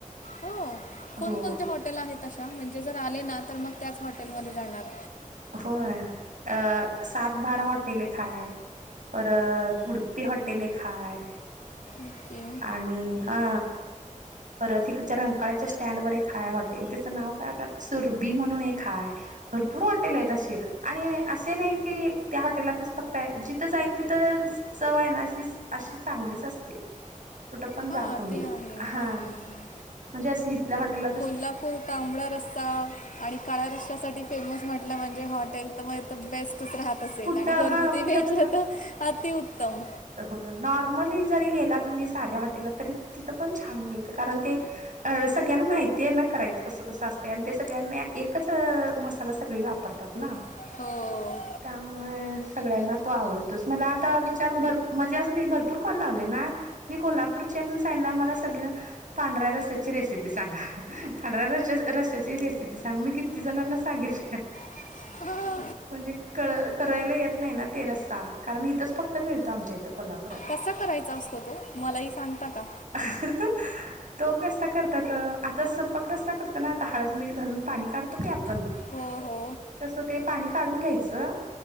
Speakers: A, on the left (about 75°); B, on the right (about 70°).
A: हो. कोणकोणते
B: हो
A: हॉटेल आहेत अशा म्हणजे जर आले ना तर मग त्याच हॉटेलमध्ये जाणार.
B: होय अ सातबारा हॉटेल एक हाय. परत उडपी हॉटेल एक हाय.
A: ओके
B: आणि हा परत इकडच्या रंकाळ्याच्या स्टँड वर एक हाय हॉटेल त्याचं नाव काय आता सुरभी म्हणून एक हाय. भरपूर हॉटेल आहेत अशी. आणि असे नाही की त्या हॉटेलातच फक्त आहे जिथं जाईल तिथं चव आहे ना अशी अशी चांगलीच असते कुठ पण जा
A: हां
B: तुम्ही
A: ते आहे
B: हा
A: हां हां हां
B: म्हणजे इथल्या हॉटेल
A: कोल्हापूर तांबडा रस्सा आणि काळ रस्स्यासाठी फेमस म्हटलं म्हणजे हॉटेल तर मग इथे बेस्टच राहत असेल
B: कुठं
A: आणि घरगुती
B: हा कुठं
A: भेटलं
B: पण
A: तर अतिउत्तम
B: हो नॉर्मली जरी गेला तुम्ही साध्या हॉटेलला तरी तिथं पण छान मिळतं कारण ते अ सगळ्यांना माहितीय आहे ना करायचं कसं कसं असतयं आणि ते सगळ्यांना एकच मसाला सगळी वापर तात ना
A: हो
B: त्यामुळे सगळ्यांना तो आवडतोच मला आता विचारून भर म्हणजे असं मी भरपूर कॉल लावले ना मी कोल्हापूरची आहे म्हणून सांगितल्यावर मला सगळेजण पांढऱ्या रस्स्याची रेसिपी सांगा पांढऱ्या र रस्स्याची रेसिपी सांगा मी किती ति जणांना सांगितल्या
A: <inaudible>
B: म्हणजे कळ करायला येत नाही ना ते रस्सा कारण इथंच फक्त मिळतो आमच्या इथं कोल्हापुरात
A: कसां करायचा असतो तो मलाही सांगता का
B: <inaudible> तो कसा करतात आता सपक रस्सा करतो ना आता हळद मीठ घालून पाणी काढतो की आपण
A: हो हो
B: तसं ते पाणी काढून घ्यायचं